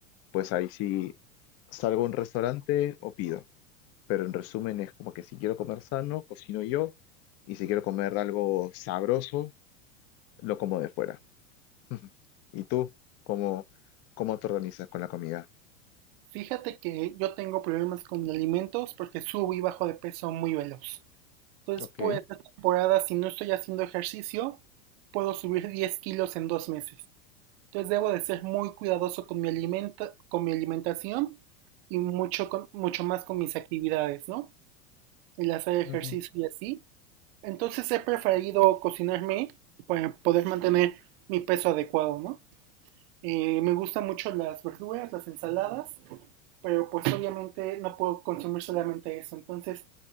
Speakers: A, on the left; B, on the right.
A: pues ahí sí salgo a un restaurante o pido. Pero en resumen es como que si quiero comer sano, cocino yo, y si quiero comer algo sabroso, lo como de fuera. Ujú. ¿Y tú cómo, cómo te organizas con la comida?
B: Fíjate que yo tengo problemas con alimentos porque subo y bajo de peso muy veloz. Entonces,
A: Ok.
B: por esta temporada, si no estoy haciendo ejercicio, puedo subir 10 kilos en dos meses. Entonces, debo de ser muy cuidadoso con mi alimenta- con mi alimentación y mucho, con- mucho más con mis actividades, ¿no? El hacer ejercicio
A: Ujú.
B: y así. Entonces, he preferido cocinarme para poder mantener mi peso adecuado, ¿no? Eh, me gustan mucho las verduras, las ensaladas. pero pues obviamente no puedo consumir solamente eso, entonces